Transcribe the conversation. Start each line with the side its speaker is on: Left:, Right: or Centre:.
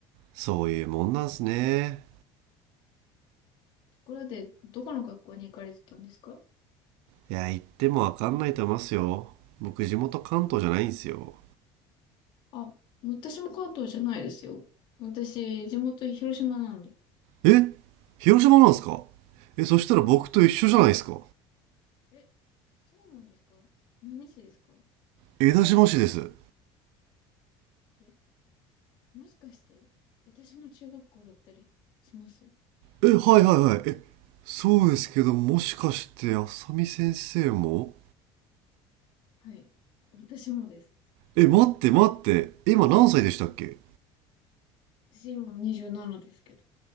Right: そういうもんなんすね。
Left: ところで、どこの学校に行かれてたんですか
Right: いや、言ってもわかんないと思いますよ。僕地元関東じゃないんすよ。
Left: あ、私も関東じゃないですよ。私、地元広島なんで。
Right: え広島なんすかえ、そしたら僕と一緒じゃないですか。
Left: え、そうなんですか何市ですか
Right: 江田島市です。
Left: え、もしかして、私も中学校だったりします
Right: え、はいはいはい。え、そうですけど、もしかして、あさみ先生も
Left: はい。私もです。
Right: え、待って待って。今何歳でしたっけ
Left: 私今27ですけど。